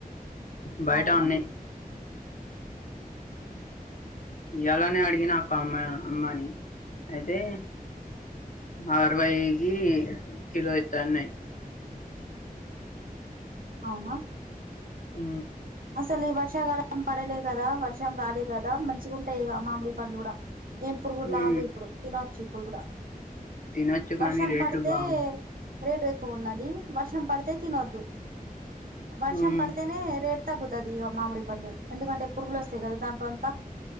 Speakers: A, on the left; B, on the right.
A: బయట
B: అవునా
A: ఉన్నాయ్ ఇయలనే అడిగినా ఒక అమ్మాయ్ అమ్మాని అయితే అరవైగి కిలో ఇత్తన్నయ్
B: అవునా
A: ఉ
B: అసలు ఈ వర్షాకాలం పడలే కదా వర్షం రాలే కదా మంచిగా ఉంటాయి ఇగ మామిడి పండ్లు కూడా ఇప్పుడు కూడా
A: హ్మ్
B: లావు ఇప్పుడు తినచ్చు ఇప్పుడు కూడా
A: తినొచ్చు
B: వర్షం
A: కానీ రేట్లు
B: పడతే
A: బాగున్నాయి
B: రేటు ఎక్కువ ఉన్నది వర్షం పడితే తినొద్దు వర్షం
A: హ్మ్
B: పడితేనే రేటు తగ్గుతది ఇగ మామిడి పండు ఎందుకంటే పురుగులు వస్తాయి కదా దాంట్లోంతా